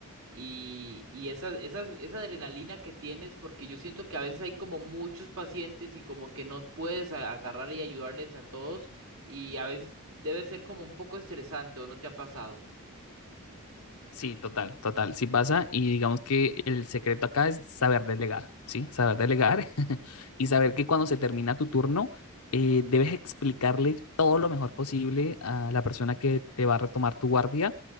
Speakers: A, on the right (about 70°); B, on the left (about 80°).
A: y, y esas, esas, esa adrenalina que tienes? Porque yo siento que a veces hay como muchos pacientes y como que no puedes a- agarrar y ayudarles a todos y a veces debe ser como un poco estresante, ¿o no te ha pasado?
B: Sí, total, total, sí pasa. Y digamos que el secreto acá es saber delegar, ¿sí? Saber delegar <laughs> y saber que cuando se termina tu turno, eh, debes explicarle todo lo mejor posible a la persona que te va a retomar tu guardia